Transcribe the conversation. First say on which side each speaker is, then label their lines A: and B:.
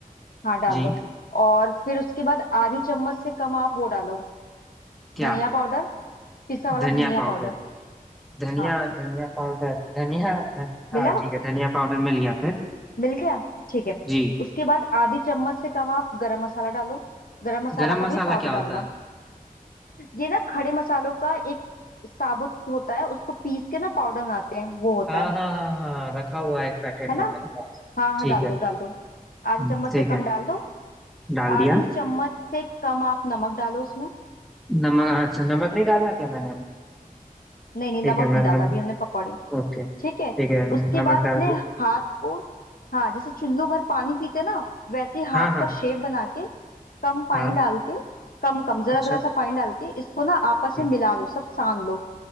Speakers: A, on the left (about 75°); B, in the centre.
A: हाँ डाल
B: जी
A: दो और फिर उसके बाद आधी चम्मच से कम आप वो डालो
B: क्या
A: धनिया पाउडर पिसा वाला
B: धनिया
A: धनिया
B: पाउडर
A: पाउडर
B: धनिया
A: हाँ
B: धनिया पाउडर धनिया धन, हाँ
A: मिला
B: ठीक है धनिया पाउडर मिल गया फिर
A: मिल गया ठीक है
B: जी
A: उसके बाद आधी चम्मच से कम आप गरम मसाला डालो गरम मसाला
B: गरम
A: का
B: मसाला
A: भी पाउडर
B: क्या
A: डालना
B: होता है
A: ये ना खड़े मसालों का एक साबुत होता है उसको पीस के ना पाउडर बनाते हैं वो होता
B: हाँ
A: है
B: हाँ हाँ हाँ रखा हुआ है एक पैकेट
A: है ना
B: में मेरे पास
A: हाँ हाँ
B: ठीक
A: डाल
B: है
A: दो डाल दो आधी
B: हम्म,
A: चम्मच
B: ठीक
A: से कम
B: है
A: डाल दो
B: डाल
A: आधी
B: दिया
A: चम्मच से कम आप नमक डालो उसमें
B: नमक अच्छा नमक नहीं डाला क्या मैंने अभी तक?
A: नहीं नहीं
B: ठीक
A: नमक
B: है मैं
A: नहीं
B: नमक
A: डाला अभी हमने पकौड़े
B: ओके
A: ठीक
B: ठीक
A: है
B: है नम-
A: उसके
B: नमक
A: बाद
B: डाल
A: अपने
B: दिया
A: हाथ को हाँ जैसे चुल्लू भर पानी पीते ना वैसे हाथ
B: हाँ हाँ
A: का शेप बना के कम पानी
B: हाँ
A: डाल के कम कम जरा
B: अच्छा
A: जरा सा पानी डाल के इसको ना आपस
B: जी
A: में मिला लो सब सान लो